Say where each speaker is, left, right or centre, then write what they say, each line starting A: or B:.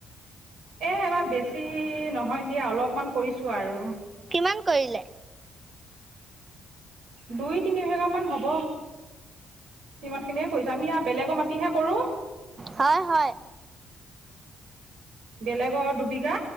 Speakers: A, on the right (about 75°); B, on the right (about 30°).
A: এই এইবাৰ বেছি নহয় দিয়া অলপমান কৰিছো আৰু।
B: কিমান কৰিলে?
A: দুই তিনি বিঘা মান হ'ব। সিমান খিনিয়ে কৰিছো আমি আও বেলেগৰ মাটিহে কৰো।
B: হয় হয়।
A: বেলেগৰ দুবিঘা